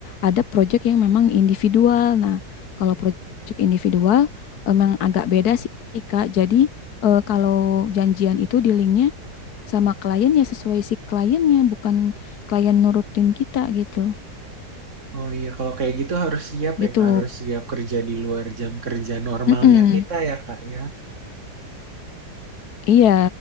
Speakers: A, on the left; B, on the right.
A: ada proyek yang memang individual nah kalau proyek individual memang agak beda sih Kak jadi eh, kalau janjian itu di linknya sama kliennya sesuai si kliennya bukan klien nurutin kita gitu
B: Oh iya, kalau kayak gitu harus siap ya
A: gitu
B: Kak, harus siap kerja di luar jam kerja normalnya
A: Mm-mm.
B: kita ya Kak ya.
A: Iya,